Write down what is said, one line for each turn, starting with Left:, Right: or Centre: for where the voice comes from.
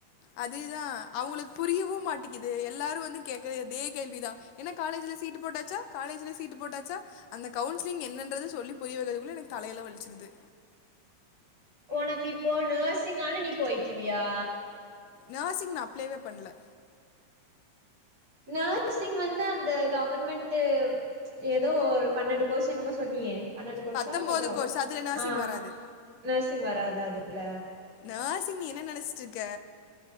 Left: அதேதா அவங்களுக்கு புரியவு மாட்டிக்கிது எல்லாரு வந்து கேக்குறது அதே கேள்விதா என்ன காலேஜ்ல சீட்டு போட்டாச்சா காலேஜ்ல சீட்டு போட்டாச்சா அந்த கவுன்ஸ்லிங் என்னன்றத சொல்லி புரியவக்கறதக்குள்ள எனக்கு தலையெல்லா வலுச்சிருது
Right: ஒனக்கு இப்போ நெர்சிங்னாலு நீ போய்கிவியா
Left: நெர்சிங் நா அப்ளேவே பண்ல
Right: நேர்சிங் வந்து அந்த கவர்மெண்ட்டு ஏதோ ஒரு பன்னெண்டு கோர்ஸ் என்னமோ சொன்னியே பன்னெண்டு கோர்ஸா
Left: பத்தொம்போது
Right: எவ்ளோ
Left: கோர்ஸ் அதுல நர்சிங்
Right: ஆ
Left: வராது
Right: நெர்சிங் வராதா அதுல
Left: நேர்சிங் நீ என்ன நெனைச்சிட்ருக்க